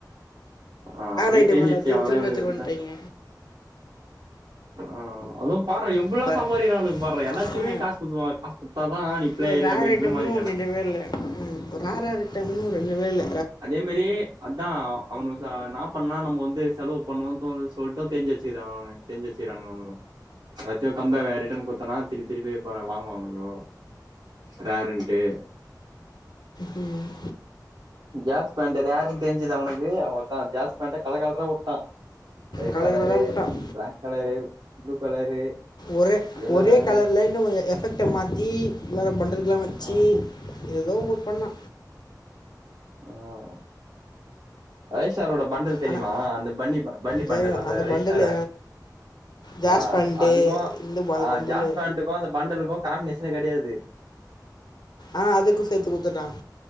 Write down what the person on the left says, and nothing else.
ஐட்டம்
எல்லாத்தையும்
திரும்ப
திரும்பிட்டாங்க
இப்போ
ஆ
இப்போ
ரேர்
ஐட்டம்னு
ஒன்று இல்லவே இல்லை ம் ராரவிட்டவுன்னு ரெண்ணுமே இல்ல
ம்
கலர்
கலராக விட்டான்
ஒரே
ஒரே
கலர்ல இன்னு கொஞ்சம் எஃபெக்ட மாத்தி வேற பண்டல்லா வச்சி
ஏதோ ஒன்னு பண்ணா
ஆனால்
தெரியும்
பண்டல் ஜாஸ்
பேண்ட்டு
இந்த ப- அந்த
பண்டலு
ஆ அதுக்கு சேத்து குத்துட்டாங்க